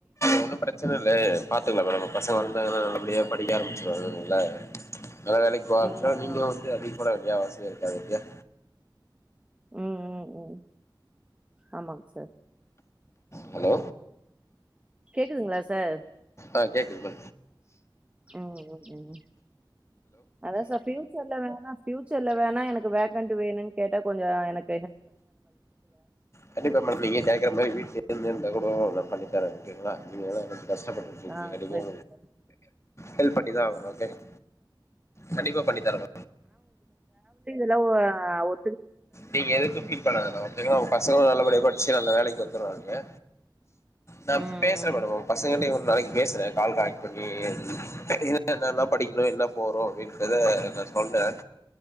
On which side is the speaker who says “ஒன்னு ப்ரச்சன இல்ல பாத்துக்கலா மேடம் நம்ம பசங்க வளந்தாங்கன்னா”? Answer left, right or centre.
Left